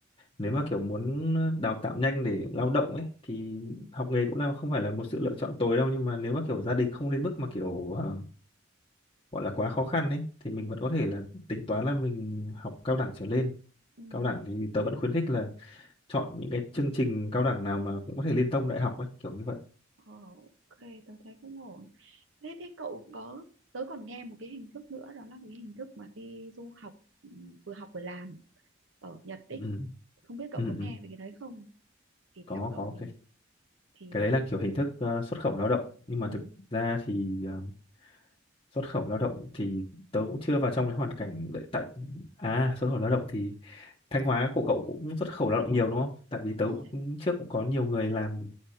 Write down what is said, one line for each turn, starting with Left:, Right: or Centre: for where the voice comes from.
Left: nếu mà kiểu muốn ờ, đào tạo nhanh để lao động ấy thì
Right: ừ.
Left: học nghề cũng là không phải là một sự lựa chọn tối đâu nhưng mà nếu mà kiểu gia đình không đến mức mà kiểu ờ, gọi là quá khó khăn ấy thì
Right: ừ.
Left: mình vẫn có thể là tính toán là mình học cao đẳng trở lên
Right: ừ.
Left: cao đẳng thì tớ vẫn khuyến khích là chọn những cái chương trình cao đẳng nào mà cũng có thể liên thông đại học ấy kiểu như vậy
Right: Ờ, ok tớ thấy cũng ổn thế thế cậu có tớ còn nghe một cái hình thức nữa đó là cái hình thức mà đi du học ừ, vừa học vừa làm ở Nhật ấy
Left: ừ
Right: không biết cậu
Left: ừ,
Right: có nghe
Left: ừ.
Right: về cái đấy không thì
Left: có
Right: theo cậu
Left: có
Right: thì
Left: cái
Right: thì
Left: cái đấy là kiểu hình thức ờ, xuất khẩu lao động nhưng mà
Right: ừ,
Left: thực ra thì ờ, xuất khẩu lao động thì tớ cũng chưa vào trong cái hoàn cảnh đấy tại à xuất khẩu lao động thì Thanh Hóa của cậu cũng xuất khẩu lao động nhiều đúng không? Tại vì
Right: đúng
Left: tớ
Right: rồi
Left: cũng trước cũng có nhiều người làm